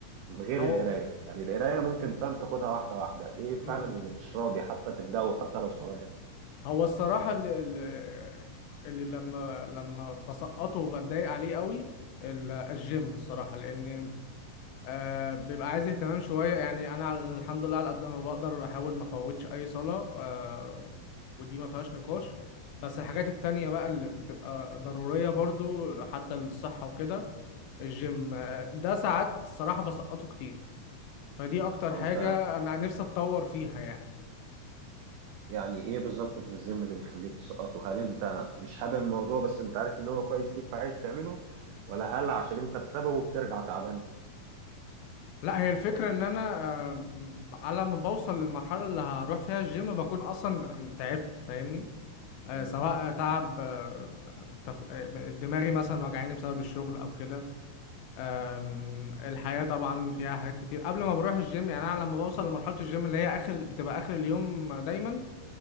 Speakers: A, on the right (about 85°); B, on the left (about 85°).
A: غير
B: هو
A: القرايه يعني القرايه ممكن فاهم تاخدها واحده واحده ايه فعلا
B: مم.
A: اللي مش راضي حتى تبداه حتى لو صغير
B: هو الصراحه اللي, اللي اللي لما لما بسقطه وبتضايق عليه قوي ال- الجيم الصراحه لان آه بيبقى عايز اهتمام شويه يعني انا على- الحمد لله على قد ما بقدر بحاول ما افوتش اي صلاه آه ودي ما فيهاش نقاش بس الحاجات التانية بقى اللي بتبقى ضرورية برضو حتى للصحة وكده الجيم آه، ده ساعات الصراحة بسقطه كتير فدي اكتر
A: طب
B: حاجة
A: انت
B: انا نفسي اتطور فيها يعني
A: يعني ايه بالظبط في الجيم اللي بيخليك تسقطه هل انت مش حابب الموضوع بس انت عارف ان هو كويس ليك فعايز تعمله ولا هل عشان انت بسببه بترجع تعبان
B: لا هي الفكرة ان انا آم، على ما بوصل للمرحلة اللي هروح فيها الجيم بكون اصلا تعبت فاهمني آه،
A: مم.
B: سواء تعب آه، تف- آه، دماغي مثلا وجعاني بسبب الشغل او كده آم، الحياة طبعا فيها حاجات كتير قبل ما بروح الجيم يعني انا لما بوصل لمرحلة الجيم اللي هي اخر بتبقى اخر اليوم دايما